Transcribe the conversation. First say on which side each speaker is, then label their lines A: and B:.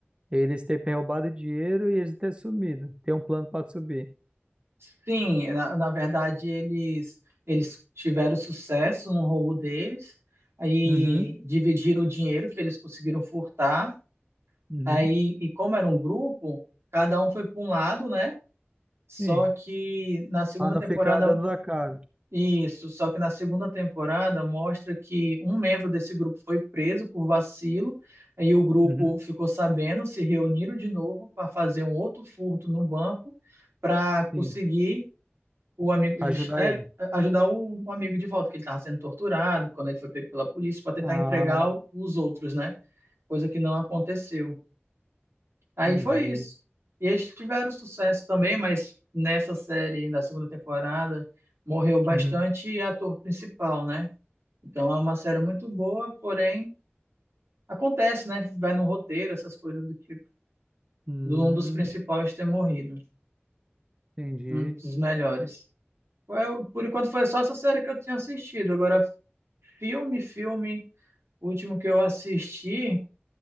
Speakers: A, on the right (about 25°); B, on the right (about 80°).
A: Eles terem roubado dinheiro e eles terem sumido. Tem um plano para subir.
B: Sim, na, na verdade eles eles tiveram sucesso no roubo deles, aí
A: Uhum,
B: dividiram o dinheiro que eles conseguiram furtar.
A: uhum,
B: Aí, e como era um grupo, cada um foi para um lado, né? Só
A: sim.
B: que na segunda
A: Pra não
B: temporada,
A: ficar dando a cara.
B: isso, só que na segunda temporada mostra que um membro desse grupo foi preso por vacilo, aí o grupo
A: Uhum,
B: ficou sabendo, se reuniram de novo para fazer um outro furto no banco para conseguir
A: sim.
B: o amigo
A: Ajudar
B: é,
A: ele.
B: ajudar o, o amigo de volta, que ele estava sendo torturado quando ele foi pego pela polícia, para tentar
A: Ah,
B: entregar os outros, né? Coisa que não aconteceu. Aí
A: entendi.
B: foi isso. E eles tiveram sucesso também, mas nessa série, na segunda temporada, morreu bastante
A: Uhum.
B: ator principal, né? Então é uma série muito boa, porém acontece, né? Vai no roteiro, essas coisas do tipo,
A: Hum,
B: do um dos principais ter morrido,
A: entendi.
B: um dos melhores. Foi- por enquanto foi só essa série que eu tinha assistido. Agora, filme, filme, o último que eu assisti